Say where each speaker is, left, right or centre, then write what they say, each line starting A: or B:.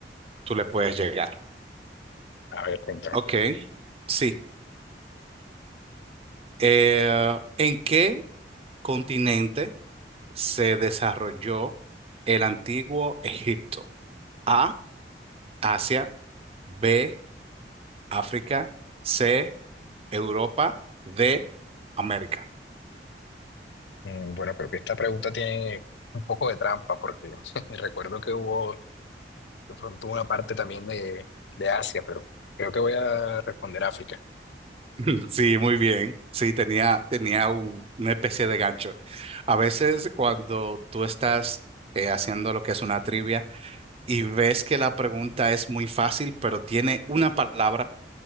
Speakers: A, on the right; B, on the left.
A: tú le puedes llegar.
B: A ver, cuéntame.
A: Ok, sí. Eh, ¿en qué continente se desarrolló el antiguo Egipto? A, Asia, B, África, C, Europa, D, América.
B: Mm, Bueno, pero que esta pregunta tiene un poco de trampa, porque <laughs> recuerdo que hubo de pronto una parte también de, de Asia, pero creo que voy a responder África.
A: <laughs> Sí, muy bien. Sí, tenía, tenía un- una especie de gancho. A veces cuando tú estás eh, haciendo lo que es una trivia y ves que la pregunta es muy fácil, pero tiene una palabra